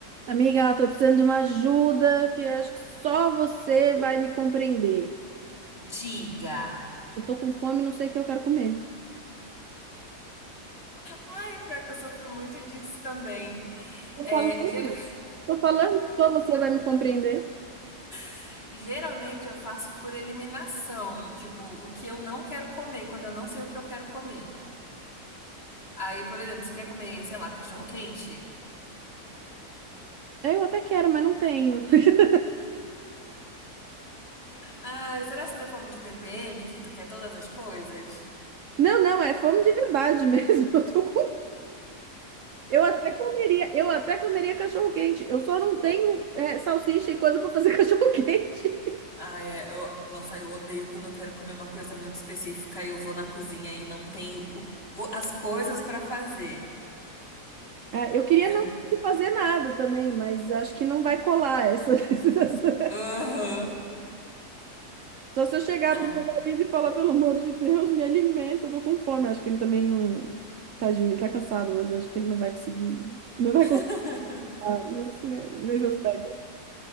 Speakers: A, on the right; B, on the left.
A: Amiga, eu tô precisando de uma ajuda que eu acho que só você vai me compreender.
B: Diga.
A: Eu tô com fome, e não sei o que eu quero comer.
B: Ai, o pior que eu sofro muito disso também.
A: Tô
B: É,
A: falando,
B: gera-
A: tô falando que só você vai me compreender.
B: <laughs> geralmente eu faço por eliminação, tipo, o que eu não quero comer, quando eu não sei o que eu quero comer. Aí, por exemplo, você quer comer, sei lá, cachorro quente?
A: É, Eu até quero, mas não tenho. <laughs>
B: Ai, será que não é fome de TPM que tu quer todas as coisas?
A: Não, não, é fome de verdade mesmo. <laughs> Eu tô com... Eu até comeria, eu até comeria cachorro-quente. Eu só não tenho é, salsicha e coisa pra fazer <laughs> cachorro-quente.
B: Ai, é, eu- nossa, eu odeio quando eu quero comer uma coisa muito específica e eu vou na cozinha e não tenho o- o- as coisas pra fazer.
A: Ah, eu queria
B: É,
A: não fazer nada também, mas acho que não vai colar essa, <laughs> essa
B: Aham.
A: Só se eu chegar
B: Ai.
A: pro meu marido e falar, pelo amor de Deus, me alimenta, eu tô com fome. Acho que ele também não. Tadinho, ele tá cansado hoje. Acho que ele não vai conseguir. Não vai
B: <laughs>
A: conseguir nesse, nesse aspecto.